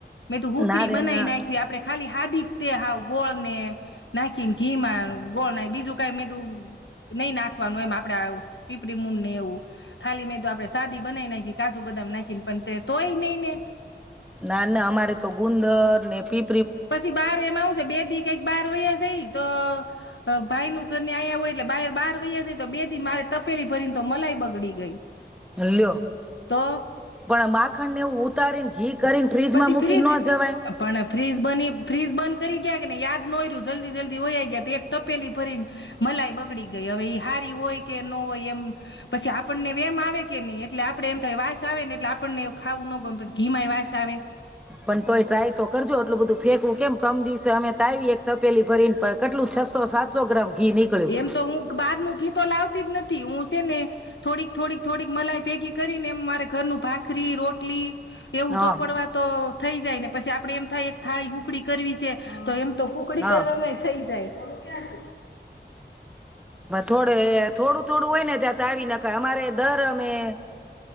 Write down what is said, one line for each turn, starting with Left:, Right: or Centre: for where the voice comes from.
Left: મેં તો હખડી
Centre: ના રે
Left: બનાવી
Centre: ના
Left: નાખી આપણે ખાલી હાદી. તે હાવ ગોળ ને નાખી ઘીમાં ગોળ ના બીજું કઈ મે તું. નહી ના. મ આપડે પીપળી મૂનને એવું. ખાલી મેં તો આપે સાદી બનાવી ના. કાજુ બધા નાખીને પણ તે તોય નહી ને.
Centre: ના ના અમારે તો ગુંદર ને પી.
Left: પછી બહાર એમ આવશે બે દ કઈક બાર વ્યા જઈ તો. ભાઈ નું ઘરને આવ્યા હોય એટલે બાર બહાર વૈયા જ તો બેદી મારે તપેલી ભરીને તો મલાઈ બગડી ગઈ.
Centre: લ
Left: તો
Centre: પણ બાક. નેવ ઉતારન ઘી. કરીને ફ્રીજમાં
Left: પછી
Centre: મૂકી
Left: ફ્રીજ
Centre: ન જવાય
Left: પણ ફ્રીજ બની ફ્રીજ બંધ. કરી ગયા કે ને યાદ ન હોય રહું જલ્દી જલ્દી હોઈ ગયા તો એક તપેલી ભરીને મલાઈ બગડી ગઈ હવે એ હારી હોય કે ન હોય એમ પછી આપણને એમ આવે કે નહી એટલે આપડે એમ થાય વાસ આવે ને એટલે આપણને ખાવું ન ગ પછી ઘીમાય વાસ આવે. બરા.
Centre: પણ તોય ટ્રાય તો કરજો એટલું બધું ફેંકવું કેમ કમ દિવસે અમે તો આવીએ એક તપેલી ફરી ને કેટલું છસો સાતસો ગ્રામ. ઘી નીકળ્યું
Left: એમ તો હું બહાર ન ગીતો લાવતી જ નથી. હું છે ને થોડીક થોડીક થોડીક મલાઈ ભેગી કરીને એમ મારે ઘરનું ભાખરી રોટલી. એ ઊંચો
Centre: હા
Left: પડવા તો. થઈ જાય ને પછી આપડેમ થાય એક થાળી હુકડી કરવી છે તો એમ તો કુકડી
Centre: હા
Left: <unintelligible> થઈ જાય <unintelligible>
Centre: થોડે થોડું થોડું હોય ને ત્યાં તાવી નાખાય અમારે દર અમેઅ